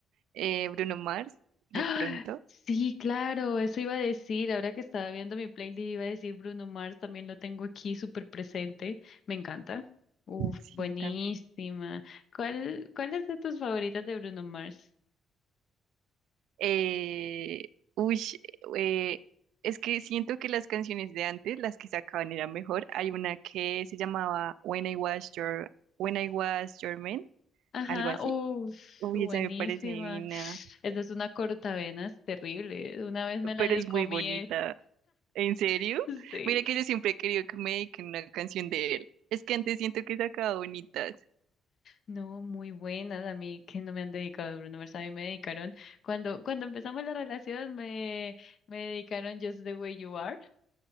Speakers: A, on the right; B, on the left.
A: eh, Bruno Mars? De
B: ¡Ah!
A: pronto.
B: Sí, claro, eso iba a decir, ahora que estaba viendo mi playlist iba a decir Bruno Mars, también lo tengo aquí súper presente, me encanta. Uf,
A: Sí,
B: buenísima.
A: también.
B: ¿Cuál, cuál es de tus favoritas de Bruno Mars?
A: Eh, uy, eh, es que siento que las canciones de antes, las que sacaban, eran mejor. Hay una que se llamaba When I Was Your, When I Was Your Man,
B: Ajá,
A: algo así
B: uff
A: Uy,
B: buenísima.
A: esa me parece divina,
B: Esa es una cortavenas terrible, una vez me la
A: pero
B: dicomí,
A: es muy bonita. ¿En serio?
B: <laughs> sí.
A: Mira que yo siempre he querido que me dediquen una canción de él. Es que antes siento que sacaba bonitas.
B: No, muy buenas a mí que no me han dedicado Bruno Mars, a mí me dedicaron cuando cuando empezamos la relación me me dedicaron Just the Way You Are